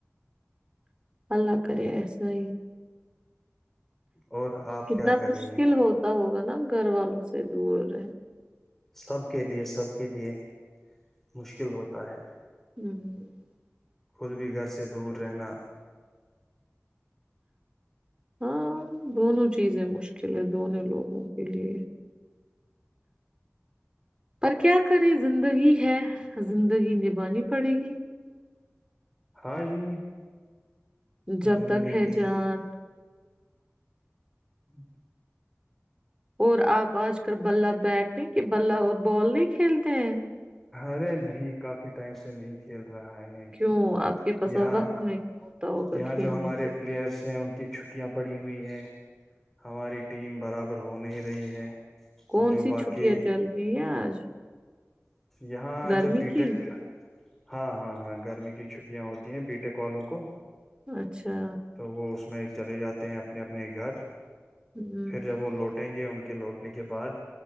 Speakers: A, on the right; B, in the centre.
A: اللہ کرے ایس ہو
B: اور آپ
A: کتنا
B: کیا کر
A: مشکل
B: رہی ہیں
A: ہوتا ہوگا نا گھر والوں سے دور رہنے
B: سب کے لیے سب کے لیے مشکل ہوتا ہے
A: ہوں
B: خود بھی گھر سے دور رہنا
A: ہاں دونوں چیزیں مشکل چلے دونوں لوگوں کے لیے پر کیا کرے زندگی ہے زندگی نبھانی پڑے گی
B: ہاں جی
A: جب
B: زندگی
A: تک ہے جان
B: ہوں
A: اور آپ آج کل بلا بیٹ نہیں کہ بلا اور بال نہیں کھیلتے ہیں
B: ارے نہیں کافی ٹائم سے نہیں کھیل رہا ہیں
A: کیوں آپ کے پاس
B: یہاں
A: اب وقت نہیں ہوتا ہوگا
B: یہاں
A: کھیلنے
B: جو ہمارے
A: کے لیے
B: پلیئرس ہیں ان کی چھٹیاں پڑی ہوئی ہے ہماری ٹیم برابر ہو نہیں رہی ہے
A: کون
B: جو
A: سی
B: باقی
A: چھٹیاں چل رہی ہیں آج
B: یہاں
A: گرمی
B: جب بی
A: کی
B: ٹیکت ہاں ہاں ہاں گرمی کی چھٹیاں ہوتی ہیں بیٹیک والوں کو
A: اچھا
B: تو وہ اس میں چلے جاتے ہیں اپنے اپنے گھر
A: ہم،
B: پھر جب لوٹ لٹیں گے ان کے لوٹنے کے بعد